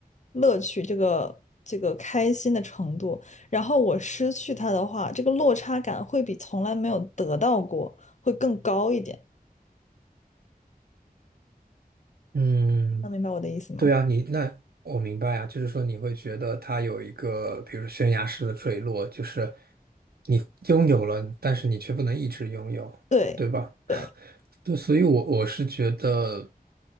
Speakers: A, on the left; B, on the right.
A: 乐趣，这个这个开心的程度，然后我失去他的话，这个落差感会比从来没有得到过会更高一点。
B: 嗯，
A: 能明白我的意思吗？
B: 对啊，你那我明白啊，就是说你会觉得它有一个，比如说悬崖式的坠落，就是你拥有了，但是你却不能一直拥有，
A: 对，
B: 对吧？
A: 对，
B: 对，所以我我是觉得，